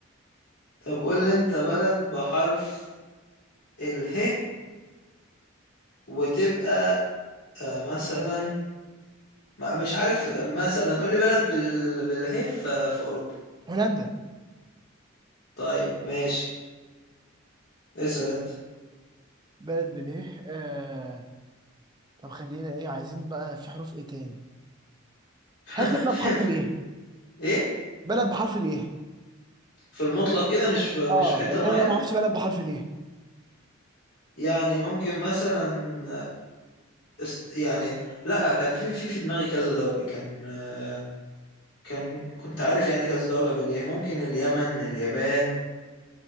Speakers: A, on the left; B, on the right.
A: طب قول لي انت بلد بحرف اله وتبقى آه مثلا ما- مش عارف آه، مثلا قول لي بلد بال باله ف- في اوروبا
B: هولندا
A: طيب ماشي اسال انت
B: بلد بالايه آه... طب خلينا ايه عايزين بقى في حروف ايه تاني
A: <laughs>
B: هات لي بلد بحرف الايه
A: ايه
B: بلد بحرف الايه
A: في المطلق كده مش في
B: اه
A: مش في حته
B: لان
A: معينه
B: انا ما اعرفش بلد بحرف الايه
A: يعني ممكن مثلا است... يعني لا كان في في في دماغي كذا دولة كان آه، كان كنت عارف يعني كذا دولة بالإيه ممكن اليمن اليابان